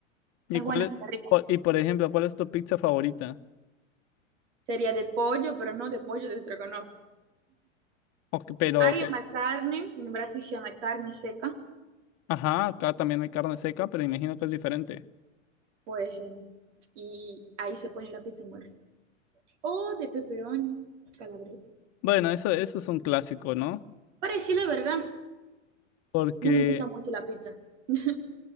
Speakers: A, on the left; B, on the right.
A: ¿Y
B: es
A: cuál
B: bueno,
A: es,
B: está rico.
A: o- y por ejemplo, cuál es tu pizza favorita?
B: Sería de pollo, pero no de pollo de estrogonofe.
A: O que- pero
B: Hay
A: que,
B: una carne, en Brasil se llama carne seca,
A: ajá, acá también hay carne seca, pero imagino que es diferente.
B: pues, eh, y ahí se pone la pizza muy rica. O de pepperoni calabresa.
A: Bueno, eso, eso es un clásico, ¿no?
B: Para decir la verdad,
A: Porque
B: no me gusta mucho la pizza. <laughs>